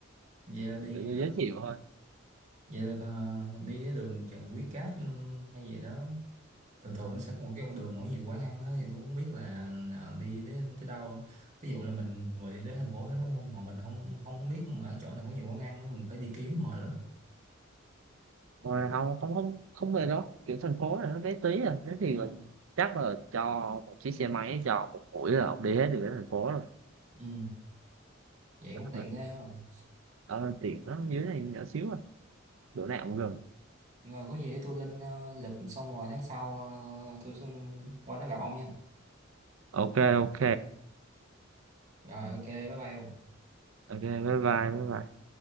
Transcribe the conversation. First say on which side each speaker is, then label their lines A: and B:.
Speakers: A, on the right; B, on the right.
A: vậy là đi
B: kiểu tôi
A: ờ,
B: giới thiệu thôi
A: vậy là ờ, đi cái đường Trần Quý Cáp ừ, hay gì đó thường thường nó sẽ có một cái con đường mỗi nhiều quán ăn á, thì tôi không biết là ờ, đi tới tới đâu ví dụ là mình vừa đi tới thành phố đó đúng không mà mình không không biết mà ở chỗ nào có nhiều quán ăn á, mình phải đi kiếm mệt lắm
B: Rồi không không không không về đó kiểu thành phố này nó bé tí à thế thì
A: ừ.
B: là, chắc là cho một chiếc xe máy cho một buổi là ông đi hết được cái thành phố rồi
A: ừ, vậy
B: <laughs>
A: cũng tiện ghê không
B: ờ tiện nó dưới này nhỏ xíu à chỗ nào cũng gần
A: rồi có gì để tôi lên ờ, lịch xong rồi tháng sau ờ, tôi xin qua đó gặp ông nha
B: ok ok
A: rồi ok bye bye ông
B: Ok, bye bye, bye bye.